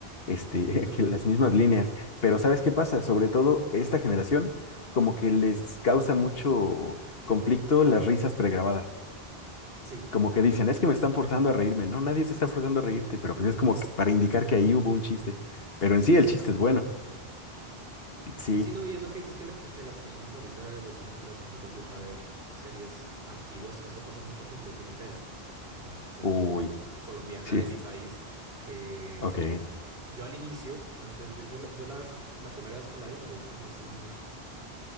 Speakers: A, on the left (about 70°); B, on the right (about 75°).
A: este, <laughs> que las mismas líneas, pero ¿sabes qué pasa? Sobre todo esta generación, como que les causa mucho conflicto las risas pregrabadas.
B: Sí,
A: Como que dicen, es que me están forzando a reírme. No, nadie te está forzando a reírte, pero pues es como que para indicar que ahí hubo un chiste. Pero en
B: exactamente.
A: sí el chiste es bueno. Sí.
B: Sí, no, y eso que dices que, la- que, que las personas ahorita de, de esta generación no les gusta ver series antiguas, eso pasa mucho con Betty la Fea. la serie
A: Uy,
B: colombiana
A: sí.
B: de mi país, que
A: Ok,
B: yo al inicio, antes, yo, yo, la, yo la, la primera vez que la vi, la vi como hace unos,